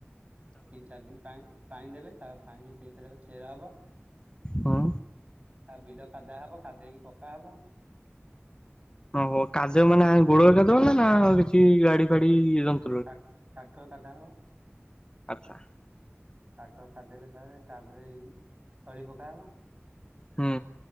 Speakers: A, on the right; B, on the left.
A: ତିନି ଚାରି ଦିନ ପାଣି -ପାଣି ଦେବେ ତା ପାଣି ଦେଇସାରିଲା ପରେ ଚେରା ହବ।
B: ହୁଁ
A: ଆ ବିଲ କାଦା ହବ କାଦେଇକି ପକା ହବ।
B: ଓହୋ କାଦେଇବ ମାନେ ଗୋଡ଼ରେ କାଦେଇବ ନା କିଛି ଗାଡି ଫାଡି ଯନ
A: ଟାକ୍- ଟ୍ରାକ୍ଟର କଦାହବ।
B: ଆଚ୍ଛା
A: ଟ୍ରାକ୍ଟର କାଦେଇଲା ପରେ ତାପରେ ଏଇ ତଳି ପକା ହବ।
B: ହୁଁ।